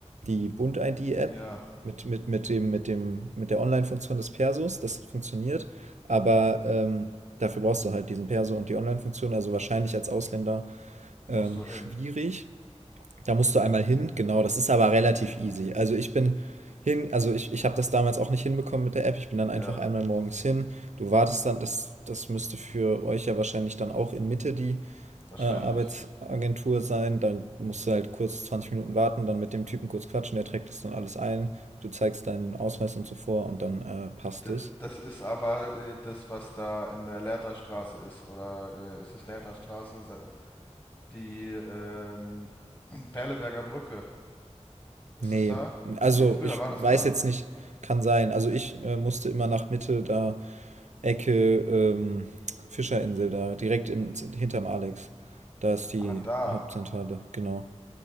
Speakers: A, on the right; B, on the left.
A: die Bund-ID-App
B: Ja,
A: mit mit mit dem mit dem mit der Online-Funktion des Persos. Das funktioniert, aber, ähm, dafür brauchst du halt diesen Perso und die Online-Funktion, also wahrscheinlich als Ausländer, ähm,
B: musst du
A: schwierig.
B: hin.
A: Da musst du einmal hin, genau, das ist aber relativ easy. Also ich bin hin, also ich, ich habe das damals auch nicht hinbekommen mit der App. Ich bin dann einfach
B: Ja,
A: einmal morgens hin. Du wartest dann, das, das müsste für euch ja wahrscheinlich dann auch in Mitte die
B: wahrscheinlich.
A: äh, Arbeitsagentur sein. Dann musst du halt kurz 20 Minuten warten, dann mit dem Typen kurz quatschen, der trägt das dann alles ein. Du zeigst deinen Ausweis und so vor und dann äh, passt
B: D
A: es.
B: das ist aber äh, das, was da in der Lehrterstraße ist, oder äh, ist es Lehrterstraße? Se- Die ähm, Perleberger Brücke. Ist
A: Nee,
B: es da?
A: also
B: Nee, früher
A: ich
B: war das
A: weiß
B: da.
A: jetzt nicht, kann sein. Also ich äh, musste immer nach Mitte da Ecke ähm, Fischerinsel da, direkt im, hinterm Alex. Da ist die
B: Ah, da.
A: Hauptzentrale, genau.